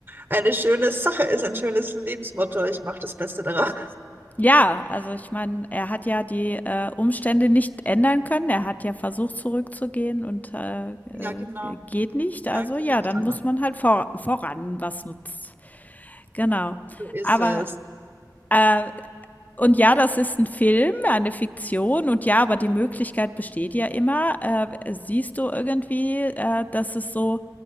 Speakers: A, on the right; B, on the left.
A: eine schöne Sache ist, ein schönes Lebensmotto. Ich mache das Beste daraus.
B: Ja, also ich meine, er hat ja die, äh, Umstände nicht ändern können. Er hat ja versucht, zurückzugehen und, äh, äh,
A: Ja, genau.
B: geht nicht. Also
A: Ja, ging
B: ja,
A: nicht
B: dann
A: anders.
B: muss man halt vor voran, was nutzt. Genau.
A: So ist
B: Aber,
A: es.
B: äh Und ja, das ist ein Film, eine Fiktion und ja, aber die Möglichkeit besteht ja immer. Äh, siehst du irgendwie, äh, dass es so